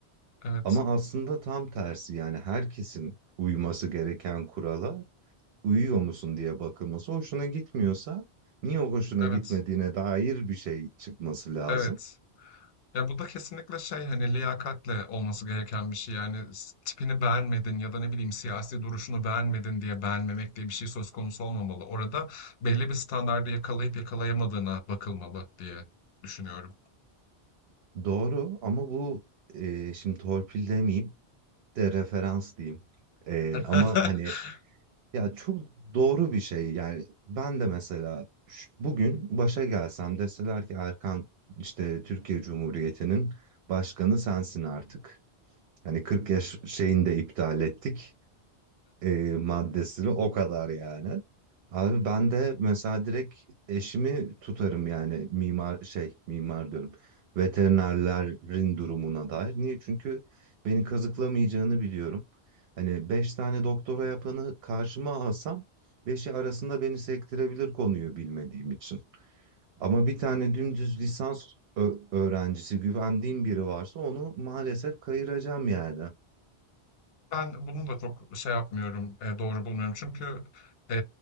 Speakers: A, on the left; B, on the right.
A: Evet,
B: Ama aslında tam tersi yani herkesin uyması gereken kurala uyuyor musun diye bakılması hoşuna gitmiyorsa niye o hoşuna
A: evet,
B: gitmediğine dair bir şey çıkması lazım.
A: evet. Ya bu da kesinlikle şey hani liyakatle olması gereken bir şey. Yani s- tipini beğenmedin ya da ne bileyim siyasi duruşunu beğenmedin diye beğenmemek diye bir şey söz konusu olmamalı. Orada belli bir standardı yakalayıp yakalayamadığına bakılmalı diye düşünüyorum.
B: Doğru ama bu e, şimdi torpil demeyeyim. de referans diyeyim. Ee,
A: <laughs>
B: ama hani ya çok doğru bir şey yani ben de mesela ş- bugün başa gelsem deseler ki Erkan işte Türkiye Cumhuriyeti'nin başkanı sensin artık. Hani 40 yaş şeyini de iptal ettik e, maddesini o kadar yani. Abi ben de mesela direkt eşimi tutarım yani mimar şey mimar diyorum. Veterinerlerin durumuna dair. Niye? Çünkü beni kazıklamayacağını biliyorum. Hani beş tane doktora yapanı karşıma alsam beşi arasında beni sektirebilir konuyu bilmediğim için. Ama bir tane dümdüz lisans ö- öğrencisi güvendiğim biri varsa onu maalesef kayıracağım yani.
A: Ben bunu da çok şey yapmıyorum, e, doğru bulmuyorum. Çünkü e,